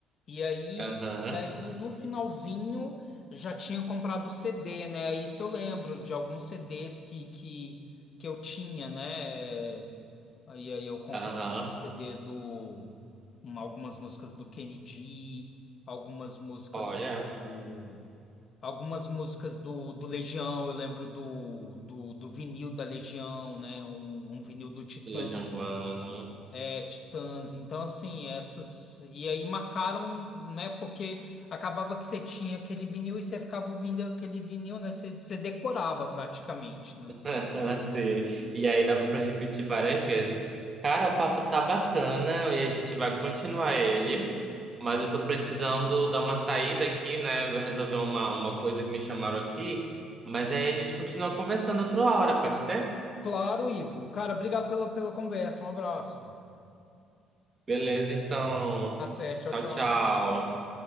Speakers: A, on the left (about 50°); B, on the right (about 30°).
A: E aí,
B: aham,
A: aí no finalzinho já tinha comprado o CD, né? Aí Isso eu lembro de alguns CDs que, que, que eu tinha, né? É, Aí, aí eu comprei
B: aham.
A: o CD do uma- algumas músicas do Kennedy, algumas músicas
B: Olha,
A: do, algumas músicas do, do Legião, eu lembro do, do, do vinil da Legião, né? Um, um vinil do Titã.
B: Legião Urbana.
A: É, Titãs. Então, assim, essas. E aí marcaram, né? Porque acabava que você tinha aquele vinil e você ficava ouvindo aquele vinil, né? Você, você decorava praticamente, né?
B: <laughs> Sim. E aí dava pra repetir várias vezes. Cara, o papo tá bacana e a gente vai continuar ele. Mas eu tô precisando dar uma saída aqui, né? Vou resolver uma, uma coisa que me chamaram aqui. Mas aí a gente continua conversando outra hora, pode ser?
A: Claro, Ivo. Cara, obrigado pela, pela conversa. Um abraço.
B: Beleza, então.
A: Tá certo.
B: Tchau,
A: Tchau, tchau.
B: tchau.